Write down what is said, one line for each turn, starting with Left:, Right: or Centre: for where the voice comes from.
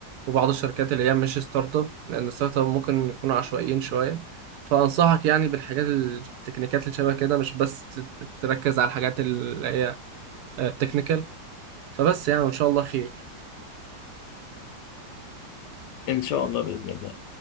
Right: وبعض الشركات اللي هي مش ستارت اب لان الستارت اب ممكن يكونوا عشوائيين شوية فانصحك يعني بالحاجات ال- التكنيكات اللي شبه كده مش بس ت- تركز على الحاجات اللي هي التكنيكال فبس يعني ان شاء الله خير
Left: ان شاء الله بإذن الله